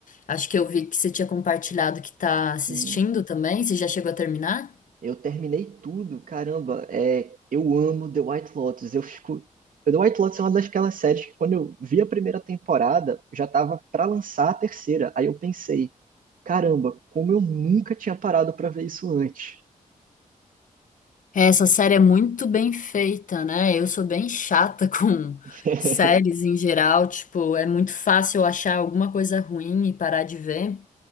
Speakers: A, on the left (about 65°); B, on the right (about 75°).
A: acho que eu vi que você tinha compartilhado que tá assistindo
B: Hum,
A: também. Você já chegou a terminar?
B: Eu terminei tudo, caramba. É, eu amo The White Lotus. Eu fico. The White Lotus é uma daquelas séries que quando eu vi a primeira temporada, já tava pra lançar a terceira. Aí eu pensei, caramba, como eu nunca tinha parado pra ver isso antes.
A: Essa série é muito bem feita, né? Eu sou bem chata <laughs> com
B: <laughs>
A: séries em geral, tipo, é muito fácil eu achar alguma coisa ruim e parar de ver,